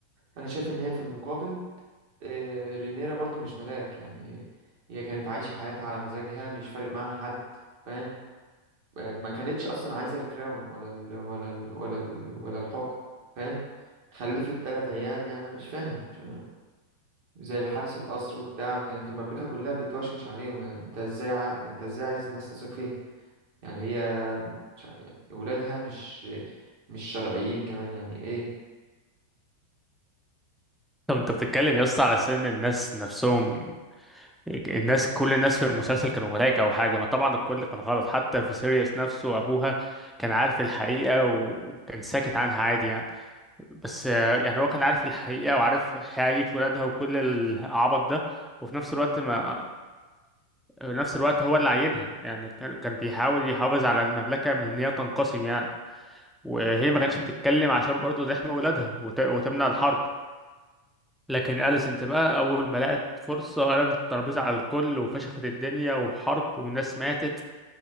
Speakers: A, on the right; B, in the centre.
A: انا شايف ان هي في المقابل آه، رينيرا برضو مش ملاك يعني هي كانت عايشة حياتها على مزاجها مش فارق معاها حد فاهم آه، ما كانتش أصلا عايزة الكراون ولا ال ولا ال ولا ال ولا الحكم فاهم خلفت تلات عيال يعني مش فاهم مش- زي الحارس القصر وبتاع كانت المملكة كلها بتوشوش عليهم يعني انت ازاي ع... انت ازاي عايز الناس تثق فيها يعني هي مش ع- يعني ولادها مش مش شرعيين كمان يعني ايه
B: طب انت بتتكلم يا اسطى على سن الناس نفسهم الناس كل الناس في المسلسل كانوا ملايكة او حاجة ما طبعا الكل كان غلط حتى في سيريوس نفسه ابوها كان عارف الحقيقة وكان ساكت عنها عادي يعني بس آه، يعني هو كان عارف الحقيقة وعارف حقيقة ولادها وكل العبط ده وفي نفس الوقت ما في نفس الوقت هو اللي عينها يعني كان كان بيحاول يحافظ على المملكة من ان هي تنقسم يعني وهي ما كانتش بتتكلم عشان برضه تحمي ولادها وت... وتمنع الحرب لكن أليسنت بقى أول ما لقت فرصة قلبت الترابيزة على الكل وفشخت الدنيا وحرب وناس ماتت